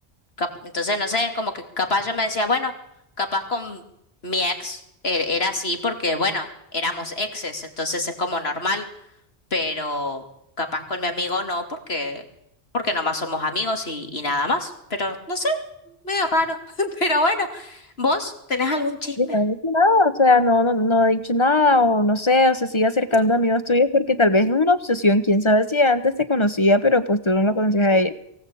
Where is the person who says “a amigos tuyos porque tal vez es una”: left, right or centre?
Left